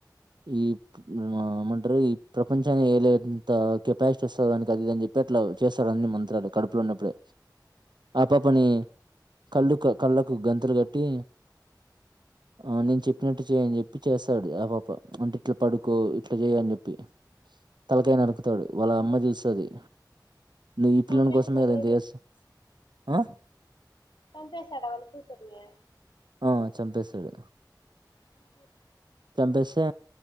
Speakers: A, on the right (about 75°); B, on the left (about 80°).
A: ఈ <unintelligible> టారు ఈ ప్రపంచాన్ని ఏలేంత కెపాసిటీ వస్తది వానికి అది ఇది అని చెప్పి అట్లా చేస్తాడు ఆన్ని మంత్రాలు కడుపు లో ఉన్నప్పుడే ఆ పాప నీ కళ్ళు కళ్ళలకు గంతలు కట్టి ఆ నేను చెప్పినట్టు చేయని చెప్పి చేస్తాడు ఆ పాప వంటిట్లా పడుకో ఇట్లా చెయ అని చెప్పి తలకై నరుకుతాడు వాళ్ళ అమ్మ చూస్తుది నువ్వు ఈ
B: చంపేస్తున్నాడే
A: పిల్లల కోసమే కదా చేస్తా ఆ
B: త పసాడావన్ కూతురుమయ
A: ఆ చంపేశాడు
B: ఇ
A: చెంపేసే